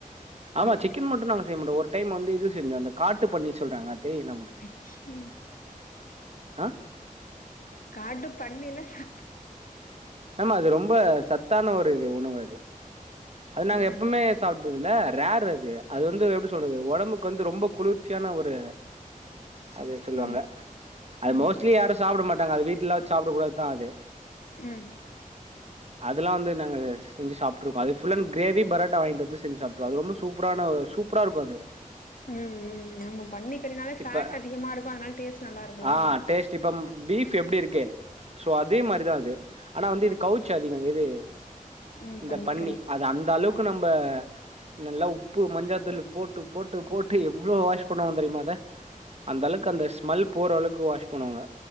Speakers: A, on the right; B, on the left.
A: ஆமா
B: ஆ
A: சிக்கன் மட்டும் நாங்க செய்ய மாட்டோ ஒரு டைம் வந்து இது செஞ்சோ அந்த காட்டு பண்ணி சொல்றாங்க தெரியல உங்களுக்கு
B: அச் ம்
A: ஆ
B: காட்டு பண்ணில சா
A: ஆமா அது ரொம்ப சத்தான ஒரு உணவு அது அது நாங்க
B: ஆ ம்
A: எப்பவுமே சப்பறதுல ரேர் அது அது வந்து எப்படி சொல்றது உடம்புக்கு க்கு வந்து ரொம்ப குளிர்ச்சியான ஒரு அது சொல்லுவாங்க
B: ம்
A: அது
B: ம்
A: மோஸ்ட்லி யாரும் சாப்பிட மாட்டாங்க அது வீட்லலா வெச்சி சாப்டக் கூடாதுதா அது
B: ம்
A: அதெல்லாம் வந்து நாங்க செஞ்சு சாப்ட்டுருகோ அது ஃபுல்லா கிரேவி பராட்டா வாங்கிட்டு வந்து சாப்ட்ருவோ அது ரொம்ப சு சூப்பரான சூப்பரா இருக்கும் அது
B: உம் உம் ஆமா பண்ணிக்கறனால ஃபேட்
A: இப்ப
B: அதிகமா இருக்கும் அதனால டேஸ்ட் நல்லா இருக்கும்
A: ஆ டேஸ்ட் இப்ப பீஃப் எப்படி இருக்கு சோ அதே மாரிதான் அது ஆனா வந்து இது கவுச்சு அதிகோ எது
B: ம்
A: இந்த
B: பன்னிக்கறி
A: பண்ணி அது அந்த அளவுக்கு
B: ம்
A: நம்ப நல்லா உப்பு மஞ்சாத்தூள் போட்டு போட்டு போட்டு எவ்வளோ வாஷ் பண்ணுவோ தெரியுமா அத அந்த அளவுக்கு அந்த ஸ்மெல் போற அளவுக்கு வாஷ் பண்ணுவாங்க